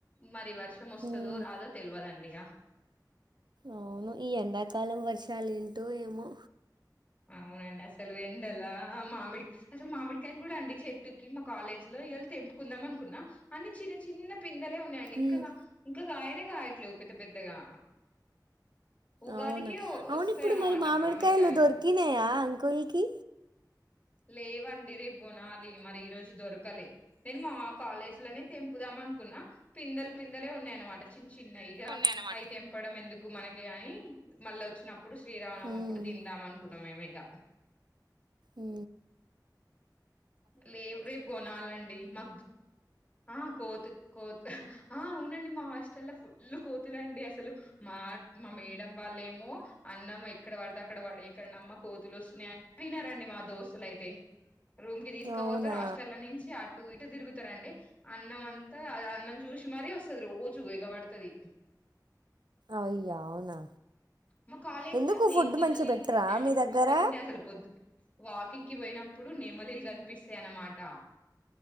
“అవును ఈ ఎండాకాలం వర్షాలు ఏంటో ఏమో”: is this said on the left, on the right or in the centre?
Right